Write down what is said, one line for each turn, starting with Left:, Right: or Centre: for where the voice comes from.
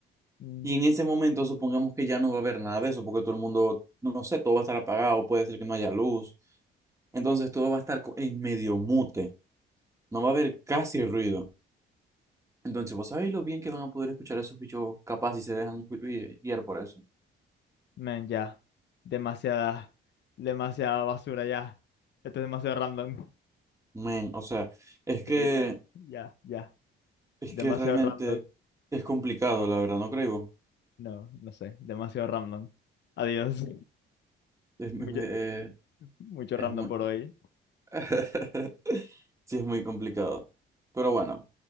Left: Mm,
Right: Y en ese momento supongamos que ya no va a haber nada de eso, porque todo el mundo, no no sé, todo va a estar apagado, puede ser que no haya luz. Entonces todo va a estar co- en medio mute, no va a haber casi ruido. Entonces, ¿vos sabéis lo bien que van a poder escuchar a esos bichos capaz si se dejan gui- gui- guiar por eso?
Left: Men, ya. Demasiada, demasiada basura ya. Esto es demasiado random.
Right: Men, o sea, es que,
Left: <laughs> Ya, ya, ya. ya.
Right: es que
Left: Demasiado
Right: realmente
Left: random.
Right: es complicado, la verdad, ¿no creo?
Left: No, no sé. Demasiado random. Adiós.
Right: Es, es,
Left: Mucho,
Right: eh,
Left: mucho
Right: es
Left: random
Right: muy...
Left: por hoy.
Right: <laughs> Sí, es muy complicado. Pero bueno.